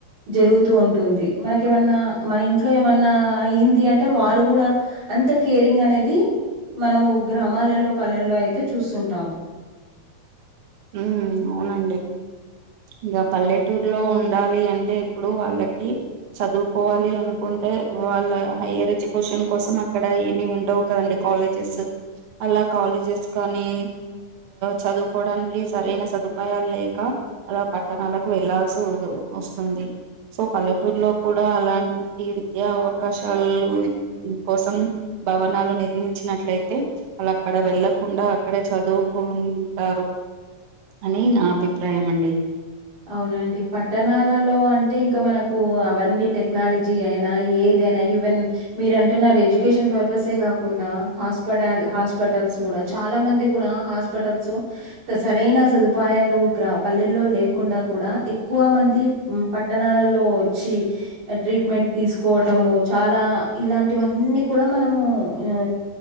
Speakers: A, on the right (about 80°); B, on the right (about 60°).
A: జరుగుతూ ఉంటుంది మనక ఏమన్నా మన ఇంట్లో ఏమన్నా అయ్యింది అంటే వాళ్ళు కూడా అంత కేరింగ్ అనేది మనము గ్రామాలలో పల్లెల్లో అయితే చూస్తుంటాము <inaudible>
B: ఉమ్ అవునండి ఇకా పల్లె టూర్లో ఉండాలి అంటే ఇప్పుడు వాళ్ళకి చదువుకోవాలి అనుకుంటే వాళ్ళ హైయర్ ఎడ్యుకేషన్ కోసం అక్కడ ఏమి ఉండవు కదండి కాలేజెస్ అలా కాలేజెస్ కానీ చదువుకోవడానికి సరైన సదుపాయాలు లేక అలా పట్టణాలకు వెళ్లాల్సి వస్తుంది సో పల్లెటూరులో కూడా అలాంటి విద్యా అవకాశాలు కోసం భవనాలు నిర్మించినట్లయితే అలా అక్కడ వెళ్ళ కుండా అక్కడే చదువుకుంటారు అని నా అభిప్రాయం అండి
A: అవునండి పట్టణాలలో అంటే ఇంకా మనకు అవన్నీ టెక్నాలజీ అయినా ఏది అదేనా ఈవెన్ మీరు అంటున్నారు ఎడ్యుకేషన్ పర్పస్ కాకుండా హాస్పిటల్ హాస్పిటల్స్ కూడా చాలా మంది కూడా హాస్పిటల్స్ సరైన సదుపాయాలు పల్లెల్లో లే కుండా కూడా ఎక్కువ మంది పట్టణాలలో వచ్చి ట్రీట్మెంట్ తీసుకోవటము
B: నా
A: చాలా ఇలాంటి ఇవన్నీ కూడా మనము ఆ